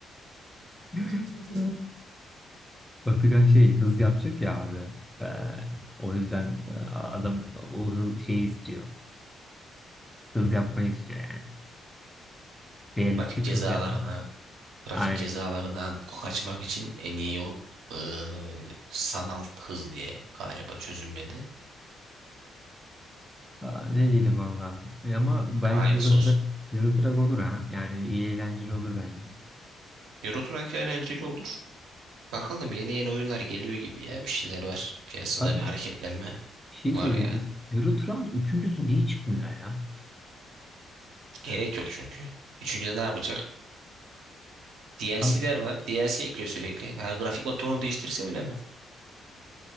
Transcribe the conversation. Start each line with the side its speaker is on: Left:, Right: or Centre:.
Centre: <laughs>
Right: <laughs>
Centre: Batıkan şey hız yapacak ya abi. Ee, o yüzden e, adam o hız, şeyi istiyor. Hız yapmayı istiyor yani. Realistik
Right: Trafik cezalarına,
Centre: kız yapma.
Right: trafik
Centre: Aynen.
Right: cezalarından kaçmak için en iyi yol eee, sanal hız diye galiba çözümledi.
Centre: Aa, ne diyelim valla. E ama belki
Right: Ailesi
Centre: Euro Truck,
Right: olsun.
Centre: Euro Truck olur ha. Yani iyi eğlenceli olur bence.
Right: Euro Truck eğlenceli olur. Bakalım yeni yeni oyunlar geliyor gibi ya. Bir şeyler var. Piyasada
Centre: Abi
Right: bir hareketlenme
Centre: ş- şey
Right: var
Centre: soruyorum.
Right: yani.
Centre: o Euro Truck'ın üçüncüsü niye çıkmıyor ya?
Right: Gerek yok çünkü. Üçüncüde ne yapacak? DLC'ler
Centre: Abi,
Right: var. DLC ekliyor sürekli. Yani grafik motorunu değiştirse bile mi?